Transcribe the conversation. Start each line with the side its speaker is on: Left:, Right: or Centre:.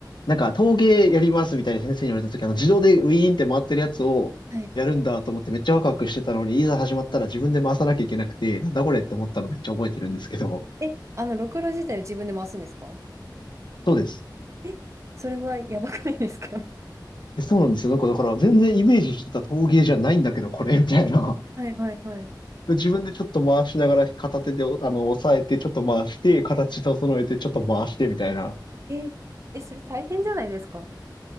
Left: なんか陶芸やりますみたいな先生に言われた時、あの自動でウィーンって回ってるやつをやるんだと思ってめっちゃワクワクしてたのに、
Right: はい。
Left: いざ始まったら自分で回さなきゃいけなくて、なんだこれって思ったのめっちゃ覚えてるんですけど、
Right: え、あの、ろくろ自体を自分で回すんですか
Left: そうです。
Right: え、それはやばくないですか <laughs>
Left: でそうなんですよ。なんかだから全然イメージしてた陶芸じゃないんだけど、
Right: え
Left: これみたいな。
Right: はいはいはい。
Left: <laughs> で自分でちょっと回しながら片手でおあの押さえて、ちょっと回して、形整えて、ちょっと回してみたいな。
Right: え、え、それ大変じゃないですか